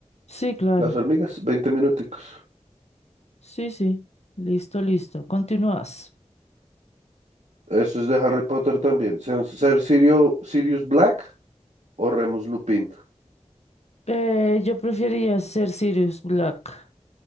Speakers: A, on the left; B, on the right.
A: Sí, claro.
B: Las hormigas, 20 minuticos.
A: Sí, sí. Listo, listo. Continúas.
B: Eso es de Harry Potter también. Ser, ser Sirio- Sirius Black o Remus Lupin.
A: Eh, yo preferiría ser Sirius Black.